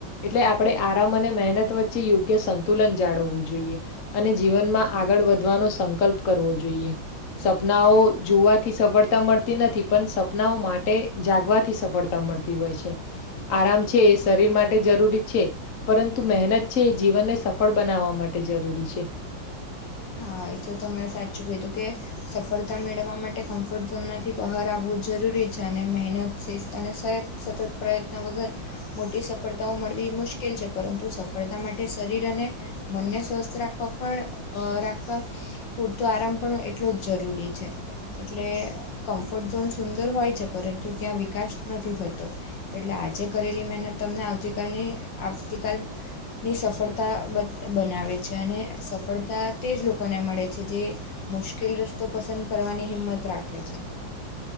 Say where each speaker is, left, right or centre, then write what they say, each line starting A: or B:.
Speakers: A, on the left; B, on the left.
A: એટલે આપડે આરામ અને મહેનત વચ્ચે યોગ્ય સંતુલન જાળવવું જોઈએ. અને જીવનમાં આગળ વધવાનો સંકલ્પ કરવો જોઈએ. સપનાઓ જોવાથી સફળતા મળતી નથી. પણ સપનાઓ માટે જાગવાથી સફળ તા મળતી હોય છે. આરામ છે, એ શરીર માટે જરૂરી છે. પરંતુ મહેનત છે ઈ જીવનને સફળ બનાવવા માટે જરૂરી છે.
B: હા એ તો તમે સાચું કીધું કે, સફળતા મેળવવા માટે કમ્ફર્ટ ઝોનમાંથી બહાર આવવું જરૂરી છે અને મહેનત શિસ્ત અને સ, સતત પ્રયત્ન વગર, મોટી સફળતાઓ મળવી મુશ્કેલ છે. પરંતુ સફળતા માટે શરીર અને, મનને સ્વસ્થ રાખવા પણ અ રાખવા, પૂરતો આરામ પણ એટલો જ જરૂરી છે. એટલે કમ્ફર્ટ ઝોન સુંદર હોય છે. પરંતુ ત્યાં વિકાસ નથી થતો. એટલે આજે કરેલી મહેનત તમને આવતીકાલની આવતીકાલ, ની સફળતા બત બનાવે છે, અને સફળતા તે જ લોકો, લોકોને મળે છે જે મુશ્કેલ રસ્તો પસંદ કરવાની હિંમત રાખે છે.